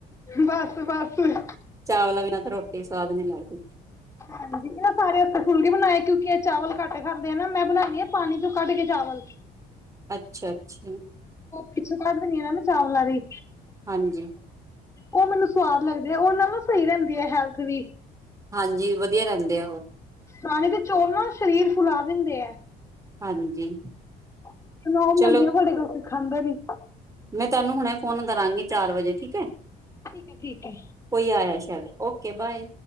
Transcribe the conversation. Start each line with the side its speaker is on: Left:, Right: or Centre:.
Left: ਬਸ ਬਸ
Right: ਚਾਵਲਾ ਬਿਨਾ ਤਾਂ ਰੋਟ ਟੀ ਸਵਾਦ ਨੀ ਲੱਗਦੀ।
Left: ਹਾਂਜੀ, ਐਨਾ ਸਾਰੇ ਅਸਤੇ ਫੁੱਲਕੇ ਬਣਾਏ, ਕਿਉਂਕਿ ਐ ਚਾਵਲ ਘੱਟ ਖਾਂਦੇ ਐ ਨਾ, ਮੈਂ ਬਣਾਨੀਂ ਆਂ ਪਾਣੀ ਚ ਕੱਢ ਕੇ ਚਾਵਲ।
Right: ਅੱਛਾ- ਅੱਛਾ।
Left: ਪਿਛ ਕਢ ਦੀਨੀ ਆ ਨਾ, ਮੈਂ ਚਾਵਲਾਂ ਦੀ।
Right: ਹਾਂਜੀ
Left: ੳ, ਮੈਨੂੰ ਸਵਾਦ ਲਗਦੇ ਆ ਓਦੇ ਨਾਲ ਨਾ, ਸਹੀ ਰੈੰਦੀ ਐ ਹੈਲਥ ਵੀ।
Right: ਹਾਂਜੀ। ਵਧੀਆ ਰੈੰਦੇ ਐ ਓਹ।
Left: ਪਾਣੀ ਦੇ ਚੌਲ ਨਾਲ ਸਰੀਰ ਫੁਲਾ ਦਿੰਦੇ ਐ।
Right: ਹਾਂਜੀ
Left: ਸੁਣੋਣ
Right: ਚਲੋ
Left: ਲਗੀਆਂ ਤੁਹਾਡੇ ਕੋਛ ਖਾਂਦੇ ਨੀ।
Right: ਮੈਂ ਤਾਨੂੰ ਹੁਣੇ ਫੋਨ ਕਰਾਂਗੀ, ਚਾਰ ਵਜੇ। ਠੀਕ ਹੈ।
Left: ਠੀਕ ਹੈ ਠੀਕ ਹੈ
Right: ਕੋਈ ਆਯਾ ਏ, ਸੈ਼ਦ, ਓਕੇ, ਬਾਏ।